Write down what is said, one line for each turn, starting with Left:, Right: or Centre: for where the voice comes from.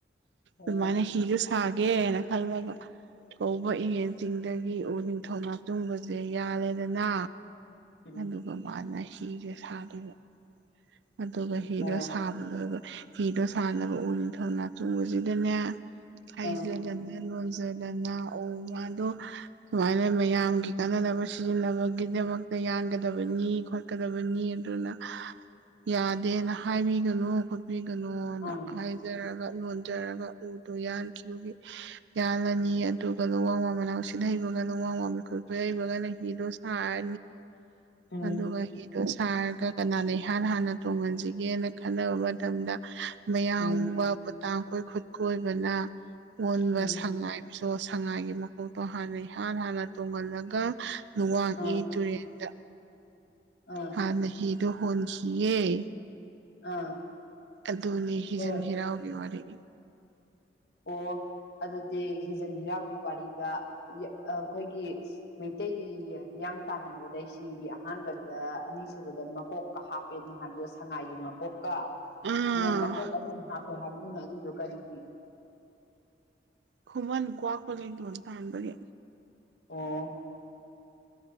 Left: ꯑꯣ
Right: ꯑꯗꯨꯃꯥꯏꯅ ꯍꯤꯁꯨ ꯁꯥꯒꯦꯅ ꯈꯜꯂꯒ ꯀꯧꯕ ꯌꯦꯟ ꯆꯤꯡꯗꯒꯤ ꯎ ꯅꯤꯡꯊꯧ ꯉꯥꯛꯆꯨꯡꯕꯁꯦ ꯌꯥꯜꯂꯦꯗꯅ
Left: ꯎꯝ
Right: ꯑꯗꯨꯒ ꯃꯥꯅ ꯍꯤꯁꯦ ꯁꯥꯗꯣꯏꯕ ꯑꯗꯨꯒ ꯍꯤꯗꯣ
Left: ꯑꯣ
Right: ꯁꯥꯕꯗꯨꯒ ꯐꯤꯗꯣ ꯁꯥꯟꯅꯕ ꯎꯅꯤ ꯊꯧꯅꯥꯛ ꯆꯣꯡꯕꯁꯤꯗꯅꯦ ꯍꯩꯁꯦꯗ
Left: ꯑꯥ
Right: ꯂꯣꯟ ꯐꯖꯗꯅ ꯎ ꯃꯥꯗꯣ ꯁꯨꯃꯥꯏꯅ ꯃꯌꯥꯝꯒꯤ ꯀꯥꯟꯅꯅꯕ ꯁꯤꯖꯤꯟꯅꯕꯒꯤꯗꯃꯛꯇ ꯌꯥꯡꯒꯗꯕꯅꯤ ꯈꯣꯠꯀꯗꯕꯅꯤ ꯑꯗꯨꯅ ꯌꯥꯗꯦꯅ ꯍꯥꯏꯕꯤꯒꯅꯨ ꯈꯣꯠꯄꯤꯒꯅꯣꯅ
Left: ꯑꯥ
Right: ꯍꯥꯏꯖꯔꯒ ꯂꯣꯟꯖꯔꯒ ꯎꯗꯣ ꯌꯥꯟꯈꯤꯕꯒꯤ ꯌꯥꯜꯂꯅꯤ ꯑꯗꯨꯒ ꯂꯨꯋꯥꯡ ꯋꯥ ꯃꯅꯥꯎ ꯁꯤꯜ ꯍꯩꯕ ꯐꯕꯒꯅ ꯍꯤ ꯗꯣ ꯁꯥ
Left: ꯎꯝ
Right: ꯑꯗꯨꯒ ꯍꯤꯗꯣ ꯁꯥꯔꯒ ꯀꯅꯥꯅ ꯏꯍꯥꯟ ꯍꯥꯟꯅ ꯇꯣꯡꯍꯟꯁꯤꯒꯦꯅ ꯈꯟꯅꯕ ꯃꯇꯝꯗ ꯃꯌꯥꯝꯕ
Left: ꯎꯝ
Right: ꯄꯣꯇꯥꯡ ꯀꯣꯏ ꯈꯨꯠ ꯀꯣꯏꯕꯅ ꯑꯣꯟꯕ
Left: ꯎꯝ
Right: ꯁꯉꯥꯏꯁꯨ ꯁꯉꯥꯏꯒꯤ ꯃꯀꯣꯛꯇꯣ ꯍꯥꯟꯅ ꯏꯍꯥꯟ ꯍꯥꯟꯅ ꯇꯣꯡꯍꯜꯂꯒ ꯋꯥꯡꯏ
Left: ꯑꯥ
Right: ꯇꯨꯔꯦꯟꯗ
Left: ꯑꯥ
Right: ꯍꯥꯟꯅ ꯍꯤꯗꯣ ꯍꯣꯟꯁꯤ ꯌꯦꯦ
Left: ꯑꯥ
Right: ꯑꯗꯨꯅꯤ ꯍꯤꯖꯟ
Left: ꯑꯣ
Right: ꯍꯤꯔꯥꯎꯒꯤ ꯋꯥꯔꯤꯅꯤ
Left: ꯑꯣ ꯑꯗꯨꯗꯤ ꯍꯤꯖꯟ ꯍꯤꯔꯥꯎꯒꯤ ꯋꯥꯔꯤꯗ ꯑꯩꯈꯣꯏꯒꯤ ꯃꯩꯇꯩꯒꯤ ꯍꯤꯌꯥꯡ ꯇꯥꯟꯅꯕꯗ ꯁꯤꯒꯤ ꯑꯍꯥꯟꯕꯗ ꯑꯅꯤꯁꯨꯕꯗ ꯃꯀꯣꯛꯀ ꯍꯥꯞ ꯍꯥꯞꯄꯦꯅ ꯍꯥꯄ ꯁꯉꯥꯏꯒꯤ ꯃꯀꯣꯛꯀ
Right: ꯑꯥ
Left: ꯑꯃ ꯃꯀꯣꯛ ꯑꯃ ꯍꯔꯗꯨꯅ ꯑꯗꯨ ꯌ ꯀꯒꯤ
Right: ꯈꯨꯃꯟ ꯀ꯭ꯋꯥ ꯀꯂꯦꯣ ꯑꯇ ꯑꯟꯕꯗꯤ
Left: ꯑꯣ